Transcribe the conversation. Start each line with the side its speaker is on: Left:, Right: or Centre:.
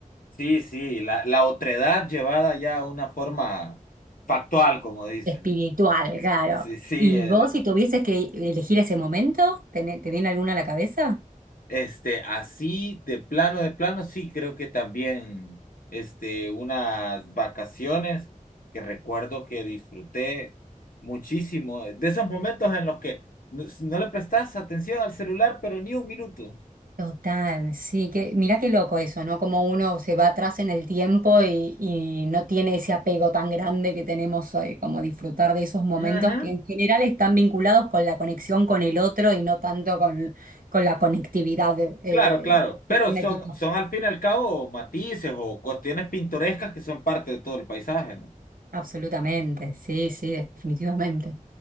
Left: sí, sí, la, la otredad llevada ya a una forma factual, como dicen.
Right: Espiritual, claro.
Left: Sí, sí,
Right: ¿Y
Left: es,
Right: vos si tuvieses que elegir ese momento, ¿Tené- te viene alguna a la cabeza?
Left: Este, así de plano, de plano, sí, creo que también, este, unas vacaciones que recuerdo que disfruté muchísimo, eh, de esos momentos en los que no, no le prestas atención al celular, pero ni un minuto.
Right: Total, sí, que mira qué loco eso, ¿no? Como uno se va atrás en el tiempo y, y no tiene ese apego tan grande que tenemos hoy, como disfrutar de esos momentos
Left: Ujú,
Right: que en general están vinculados con la conexión con el otro y no tanto con, con la conectividad eh,
Left: Claro, claro, pero
Right: cibernética.
Left: son, son al fin y al cabo matices o cuestiones pintorescas que son parte de todo el paisaje, ¿no?
Right: Absolutamente, sí, sí, definitivamente.